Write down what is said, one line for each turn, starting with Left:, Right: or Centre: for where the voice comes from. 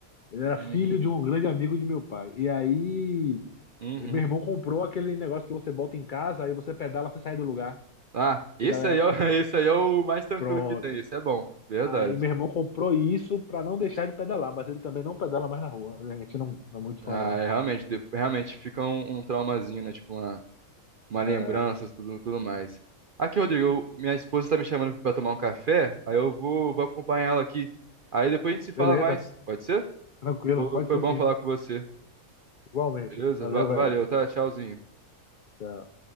Left: Ele era
Right: Uhum.
Left: filho de um grande amigo de meu pai. E aí,
Right: Uhum.
Left: e meu irmão comprou aquele negócio que você bota em casa, aí você pedala sem sair do lugar.
Right: Ah, esse
Left: E a galera,
Right: aí é, o- <laughs> esse aí é o mais tranquilo
Left: pronto.
Right: que tem. Esse é bom. Verdade.
Left: Aí meu irmão comprou isso pra não deixar de pedalar, mas ele também não pedala mais na rua. A gente não, não é muito fã,
Right: Ah,
Left: não.
Right: é, realmente, de- realmente fica um, um traumazinho, né? Tipo uma, uma
Left: É,
Right: lembrança, tudo, tudo mais. Aqui, Rodrigo, eu- minha esposa tá me chamando aqui pra tomar um café. Aí eu vou, vou acompanhar ela aqui. Aí depois a gente se fala
Left: beleza,
Right: mais. Pode ser?
Left: tranquilo,
Right: Foi
Left: pode
Right: foi
Left: ser
Right: bom
Left: sim.
Right: falar com você.
Left: Igualmente.
Right: Beleza?
Left: Valeu,
Right: Va-
Left: velho.
Right: Valeu, tá? Tchauzinho.
Left: Tchau.